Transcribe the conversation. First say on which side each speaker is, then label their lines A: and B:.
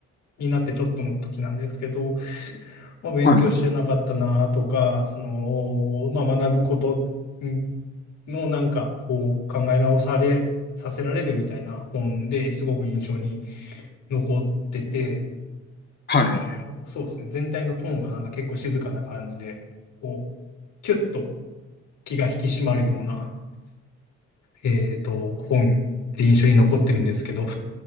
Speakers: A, on the left (about 70°); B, on the left (about 35°).
A: になってちょっとの時なんですけど、まあ勉強してなかったな、
B: はい、
A: とか、その、まあ学ぶことうんのなんか、こう考え直され、させられるみたいな本ですごく印象に残ってて、
B: はい。
A: あのそうですね全体のトーンがなんか結構静かな感じでこうキュッと気が引き締まるようなえっと本って印象に残ってるんですけど